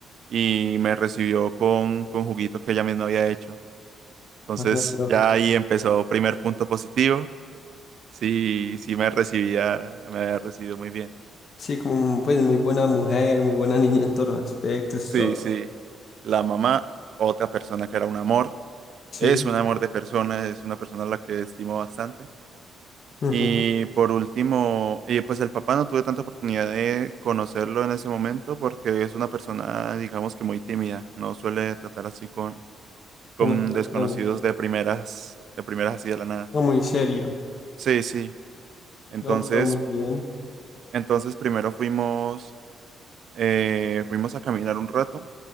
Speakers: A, on the right; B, on the left.
A: y me recibió con, con juguito que ella misma había hecho. Entonces
B: Ah, no, pero
A: ya ahí empezó primer punto positivo, sí, sí me recibía, me había recibido muy bien.
B: Sí, como pues muy buena mujer, muy buena niña en todos los aspectos,
A: Sí,
B: todo.
A: sí, la mamá, otra persona que era un amor,
B: Sí,
A: es un amor de persona, es una persona a la que estimo bastante.
B: ujú,
A: Y por último, eh, pues el papá no tuve tanta oportunidad de conocerlo en ese momento porque es una persona, digamos que muy tímida, no suele tratar así con, con
B: Con las personas.
A: desconocidos de primeras, de primeras así de la nada.
B: No, muy serio.
A: Sí, sí. Entonces,
B: No, pero muy bien.
A: entonces primero fuimos, eh, fuimos a caminar un rato